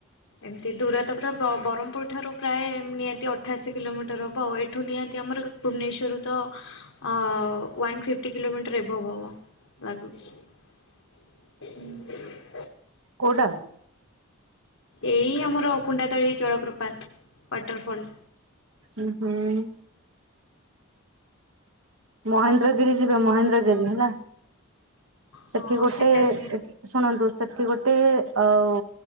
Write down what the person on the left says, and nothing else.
ଏମିତି ଦୂରତା ପୁରା ବରହ୍ମପୁର୍ ଠାରୁ ପ୍ରାୟ ନିହାତି ଅଠାଅଶୀ କିଲୋମିଟର ହବ୍ ହବ ଆଉ ଏଠୁ ନିହାତି ଆମର କେ ଭୁବନେଶ୍ଵରରୁ ତ ୱାନ୍ ଫିଫ୍ଟି କିଲୋମିଟର ଏଭଭ୍ ହବ ଲାଗୁଚି। <unintelligible>
ଏଇ ଆମର କୁଣ୍ଡା ତଳି ଜଳପ୍ରପାତ ୱାଟରଫଲ୍।
ହଁ
ସେଟା ବି